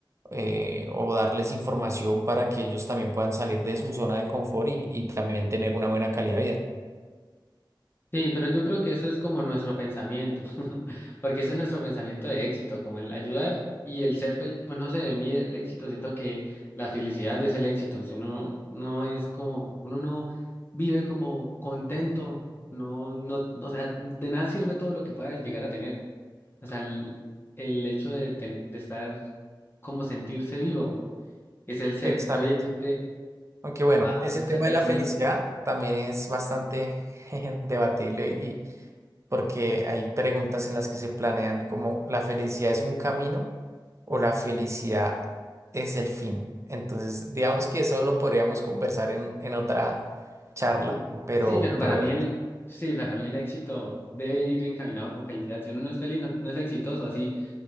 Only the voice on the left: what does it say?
Sí, pero yo creo que eso es como nuestro pensamiento, <laughs> porque ese es nuestro pensamiento de éxito, como el ayudar y el ser feliz. Pues no sé, a mí el éxito, siento que la felicidad es el éxito. Si uno no es como, uno no vive como contento, no, no, o sea, de nada sirve todo lo que pueda llegar a tener. O sea, el, el hecho de, ten- de estar como sentirse vivo es el ser.
Y obviamente
a
muchas
personas.
Sí,
sí, pero para
mí el, sí, para mí el éxito debe ir encaminado con felicidad. Si uno no es feliz, no, no es exitoso así.